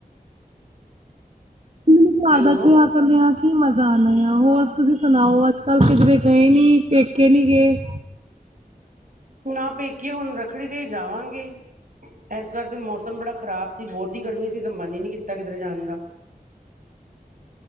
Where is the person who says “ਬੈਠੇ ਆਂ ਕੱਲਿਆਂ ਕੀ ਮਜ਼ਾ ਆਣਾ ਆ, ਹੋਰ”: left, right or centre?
Right